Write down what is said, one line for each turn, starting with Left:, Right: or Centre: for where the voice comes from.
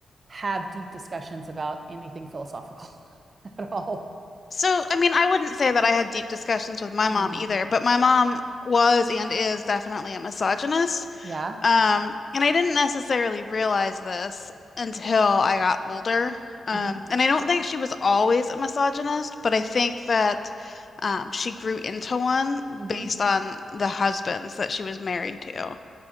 Right: have deep discussions about anything philosophical <laughs> at all.
Left: So, I mean, I wouldn't say that I had deep discussions with my mom
Right: Mm,
Left: either, but my mom was and is definitely a misogynist.
Right: yeah.
Left: Um, and I didn't necessarily realize this until I got older. Um,
Right: Mm-hmm.
Left: and I don't think she was always a misogynist, but I think that um, she grew into one
Right: Mm-hmm.
Left: based on the husbands that she was married to.